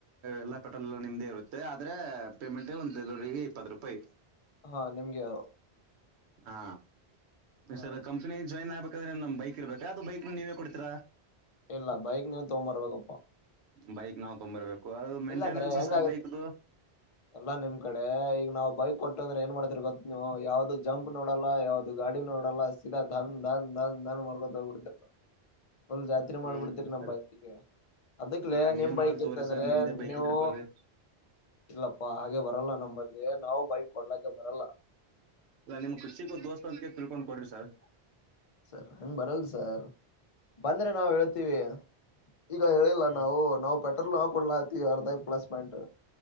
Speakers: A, on the right; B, on the left.
A: ಎಲ್ಲಾ ಪೆಟ್ರೋಲ್ ಎಲ್ಲ ನಿಮ್ದೇ ಇರುತ್ತೆ ಆದ್ರೆ ಪೇಮೆಂಟ್ ಒಂದು ಡೆಲವರಿಗೆ ಇಪ್ಪತ್ತು ರೂಪಾಯಿ
B: ಹಾ ನಿಮ್ಗೆ
A: ಹಾ ಈ
B: ಹಾ
A: ಸರ್ ಕಂಪನಿ ಜಾಯಿನ್ ಆಗ್ಬೇಕ ಯ್ರೆ ನಮ್ೈ ಇರ್ಬೇಕ ಯವುದು ಬೈಕ್ ನೀವೇ ಕೊಡ್ೀರಾ
B: ಇಲ್ಲ ಬೈಕ್ ನೀವು ತಗಂಬರ್ವಾಗಪ್ಪಾ
A: ಬೈಕ್ ನಾವವು ತೊಂಬರ್ಬೇಕು ಅದು ಮೇಂಟೆನೆನ್ಸ್
B: ಇಲ್ಲಾಂದ್ರೆ ಹೆಂಗಾಗುತ್ತೆ
A: ಸರ್ ಬೈಕ್ದು
B: ಎಲ್ಲ ನಿಮ್ ಕಡೆ ಈಗ ನಾವ್ ಬೈಕ್ ಕೊಟ್ಟುಂದ್ರೆ ಏನ್ ಮಾಡ್ತರ್ ಗೊತ್ತ ನೀವು ಯಾವ್ದದು ಜಂಪ್ ನೋಡಲ್ಲ ಯಾವ್ದದು ಗಾಡಿ ನೋಡಲ್ಲ ಸರಾ ಧನ್ ಧನ್ ಧನ್ ಧನ್ ಮಾಡ್ಕೊತ ಬಿಡ ಒಲ್ ಜಾತ್ರೆ
A: ಹ್ಮ್
B: ಮಾಡ್ಬಿಡ್ತಿೀರಿ ನಮ್
A: ಸರ್
B: ಬೈಕ್ಗೆ ಅದಕ್ಲೆೇ
A: ಸರ್ ಹಂಗೇನ್
B: ನಿಮ್
A: ಮಾಡಲ್
B: ಬೈಕ್
A: ತಗೋರಿ
B: ಇರ್ತದ್ರೆ
A: ಸರ್ ನಿಮ್ದೇ ಬೈಕ್
B: ನೀವು
A: ಇದ್ರೆ ಕೊಡ್ರಿ
B: ಇಲ್ಲಪ್ಪಾ ಹಾಗೆ ಬರಲ್ಲ ನಮ್ಮ ಅಲ್ಲಿ ನಾವು ಬೈಕ್ ಕೊಡ್ಲಕ್ಕೆ ಬರಲ್ಲ
A: ಇಲ್ಲ ನಿಮ್ ಖುಷಿಗ ದೋಸ್ತ ಅಂತ ತಿಳ್ಕೊಂಡ್ ಕೊಡ್ರಿ ಸರ್
B: ಸರ್ ಹಂಗ ಬರಲ್ ಸರ್ ಬಂದ್ರೆ ನಾವವು ಹೇಳ್ತೀವಿ ಈಗ ಹೇಳಿಲ್ಲ
A: ಹ್ಮ್
B: ನಾವು ನಾವು ಪೆಟ್ರೋಲ್ ನವು ಕೊಡ್ಲಾ ಆತಿವಿ ಅರ್ಧೈಕ್ ಪ್ಲಸ್ ಪಾಯಿಂಟ್